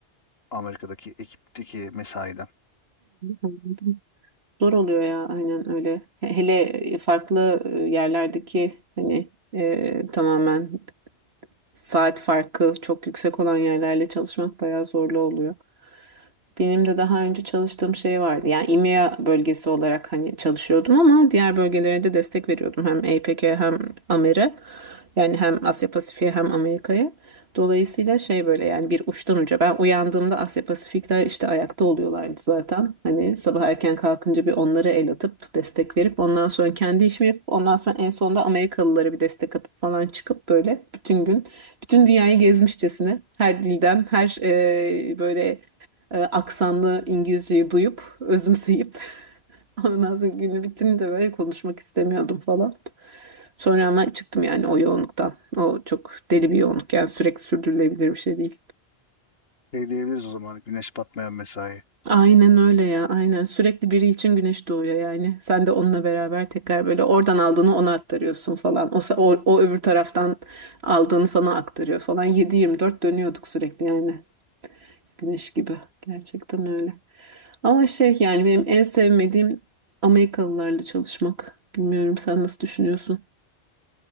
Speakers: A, on the left (about 60°); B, on the right (about 65°).
A: Amerika'daki ekipteki mesaiden.
B: Anladım. Zor oluyor ya aynen öyle. He- Hele farklı e, yerlerdeki hani e, tamamen saat farkı çok yüksek olan yerlerle çalışmak bayağı zorlu oluyor. Benim de daha önce çalıştığım şey vardı. Yani İMEA bölgesi olarak hani çalışıyordum ama diğer bölgelere de destek veriyordum. Hem APEC'e hem AMER'e. Yani hem Asya Pasifik'e hem Amerika'ya. Dolayısıyla şey böyle yani bir uçtan uca. Ben uyandığımda Asya Pasifikler işte ayakta oluyorlardı zaten. Hani sabah erken kalkınca bir onlara el atıp destek verip ondan sonra kendi işimi yapıp ondan sonra en sonunda Amerikalılara bir destek atıp falan çıkıp böyle bütün gün bütün dünyayı gezmişçesine her dilden, her e, böyle e, aksanlı İngilizceyi duyup, özümseyip <laughs> ondan sonra günü bitince böyle konuşmak istemiyordum falan. Sonra ama çıktım yani o yoğunluktan. O çok deli bir yoğunluk yani sürekli sürdürülebilir bir şey değil.
A: Şey diyebiliriz o zaman güneş batmayan mesai.
B: Aynen öyle ya aynen sürekli biri için güneş doğuyor yani sen de onunla beraber tekrar böyle oradan aldığını ona aktarıyorsun falan o, sa- o, o öbür taraftan aldığını sana aktarıyor falan 7-24 dönüyorduk sürekli yani Güneş gibi. Gerçekten öyle. Ama şey yani benim en sevmediğim Amerikalılarla çalışmak. Bilmiyorum sen nasıl düşünüyorsun?